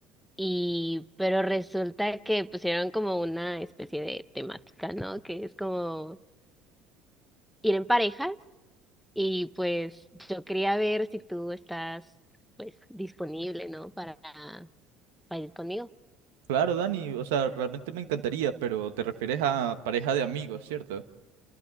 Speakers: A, in the centre; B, on the right.
A: Y, pero resulta que pusieron como una especie de temática, ¿no? Que es como ir en parejas. Y pues yo quería ver si tú estás, pues, disponible, ¿no? Para, para ir conmigo.
B: Claro, Dani, o sea, realmente me encantaría, pero te refieres a pareja de amigos, ¿cierto?